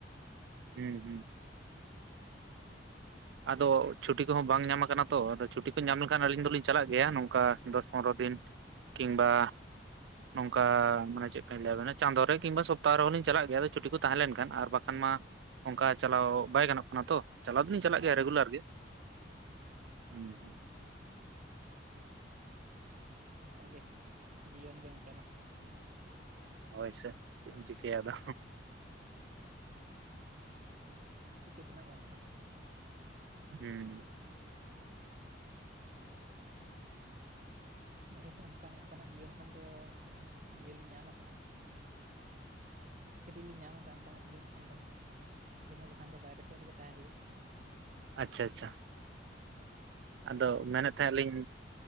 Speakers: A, on the right (about 65°); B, on the right (about 45°).
A: ᱦᱩᱸ ᱦᱩᱸ᱾ ᱟᱫᱚ ᱪᱷᱩᱴᱤ ᱠᱚᱦᱚᱸ ᱵᱟᱝ ᱧᱟᱢ ᱠᱟᱱᱟ ᱛᱚ᱾ ᱟᱫᱚ ᱪᱷᱩᱴᱤ ᱠᱚ ᱧᱟᱢ ᱞᱮᱠᱷᱟᱱ ᱟᱹᱞᱤᱧ ᱫᱚᱞᱤᱧ ᱪᱟᱞᱟᱜ ᱜᱮᱭᱟ ᱱᱚᱝᱠᱟ ᱫᱚᱥ ᱯᱚᱱᱨᱚ ᱫᱤᱱ ᱠᱤᱝᱵᱟ ᱱᱚᱝᱠᱟ ᱢᱟᱱᱮ ᱪᱮᱫᱞᱮᱠᱟᱧ ᱞᱟᱹᱭᱟᱵᱮᱱᱟ ᱪᱟᱸᱫᱳ ᱨᱮ ᱠᱤᱝᱵᱟ ᱥᱚᱯᱛᱟᱦᱚ ᱨᱮᱦᱚᱸᱞᱤᱧ ᱪᱟᱞᱟᱜ ᱜᱮᱭᱟ ᱟᱫᱚ ᱪᱷᱩᱴᱤ ᱠᱚ ᱛᱟᱦᱮᱸ ᱞᱮᱱᱠᱷᱟᱱ ᱟᱨ ᱵᱟᱠᱷᱟᱱ ᱢᱟ ᱚᱱᱠᱟ ᱪᱟᱞᱟᱣ ᱵᱟᱭ ᱜᱟᱱᱚᱜ ᱠᱟᱱᱟ ᱛᱚ ᱪᱟᱞᱟᱣ ᱫᱩᱞᱤᱧ ᱪᱟᱞᱟᱜ
B: ᱦᱳᱭ
A: ᱜᱮᱭᱟ ᱨᱮᱜᱩᱞᱟᱨ ᱜᱮ᱾ ᱦᱩᱸ᱾
B: ᱚᱱᱠᱟ ᱜᱮ ᱡᱤᱭᱚᱱ ᱜᱮ ᱚᱱᱠᱟᱱᱟ᱾
A: ᱦᱳᱭ ᱥᱚ ᱪᱮᱫ ᱮᱢ ᱪᱤᱠᱟᱹᱭᱟ ᱟᱫᱚ᱾
B: ᱪᱤᱠᱟᱹ ᱛᱮᱱᱟᱜ ᱵᱟᱹᱱᱩᱜᱼᱟ᱾
A: ᱦᱩᱸ᱾
B: ᱟᱹᱞᱤᱧ ᱦᱚᱸ ᱚᱱᱠᱟ ᱱᱚᱝᱠᱟᱱᱟᱜ ᱡᱤᱭᱚᱱ ᱠᱷᱚᱱ ᱫᱚ ᱡᱟᱦᱚ ᱤᱭᱟᱹᱞᱤᱧ ᱧᱟᱢ ᱟᱠᱟᱜᱼᱟ᱾ ᱯᱷᱨᱤᱞᱤᱧ ᱧᱟᱢ ᱟᱠᱟᱫᱼᱟ ᱚᱱᱠᱟᱱᱟᱜ ᱡᱤᱭᱚᱱ ᱠᱷᱚᱱ ᱫᱚ᱾ ᱟᱹᱞᱤᱧ ᱦᱚᱸ ᱵᱟᱠᱷᱟᱱ ᱫᱚ ᱵᱟᱭᱨᱮ ᱥᱮᱫ ᱨᱮᱜᱮ ᱛᱟᱦᱮᱸ ᱦᱩᱭᱩᱜ ᱛᱟᱦᱮᱸᱫ᱾
A: ᱟᱪᱪᱷᱟ ᱟᱪᱪᱷᱟ ᱟᱫᱚ
B: ᱱᱚᱜᱼᱚᱭ
A: ᱢᱮᱱᱮᱫ
B: ᱠᱤᱪᱷᱩ
A: ᱛᱟᱦᱮᱫ ᱞᱤᱧ